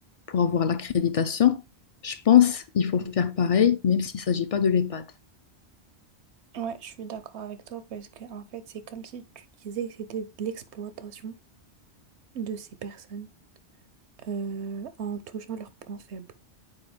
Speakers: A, on the left (about 55°); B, on the right (about 85°).
A: pour avoir l'accréditation. Je pense qu'il faut faire pareil, même s'il ne s'agit pas de l'EHPAD.
B: Ouais, je suis d'accord avec toi parce que en fait, c'est comme si tu disais que c'était de l'exploitation de ces personnes euh, en touchant leurs points faibles.